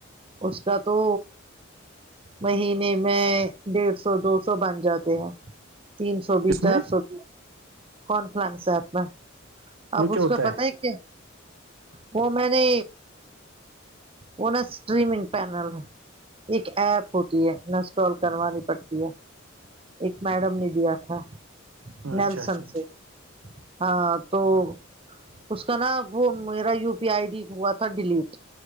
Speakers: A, on the right (about 25°); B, on the right (about 80°).
A: اس کا تو مہینے میں ڈیڑھ سو دو سو بن جاتے ہیں تین سو بھی
B: اس
A: چار
B: میں
A: سو بھی کون فلانس ہے اپنا
B: وہ
A: اب اس
B: کیا ہوتا
A: کا پت ہے کیا وہ میں نے وہ نا اسٹریمنگ پینل ایک ایپ ہوتی ہے اسٹال کروانی پڑتی ہے ایک میڈم نے دیا تھا
B: ہے
A: نلسن
B: اچھا اچھا ٹھیک
A: سے ہاں تو اس کا نا وہ میرا U P I I D ہوا تھا ڈیلیٹ